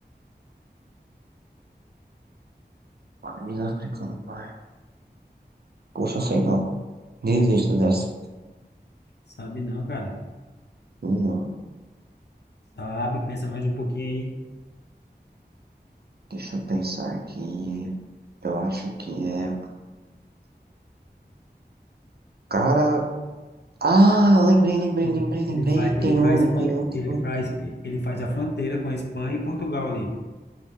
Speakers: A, on the right; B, on the left.
A: País africano, pai. Poxa, sei não. Desisto dessa.
B: Sabe não, cara?
A: Não,
B: Sabe, pensa mais um pouquinho aí.
A: deixa eu pensar aqui. Eu acho que é. Cara. Ah, lembrei, lembrei,
B: Ele,
A: lembrei, lembrei.
B: ele faz, ele
A: Tem um,
B: faz, fron-
A: tem um, tem
B: ele
A: um.
B: faz, ele faz a fronteira com a Espanha e Portugal ali.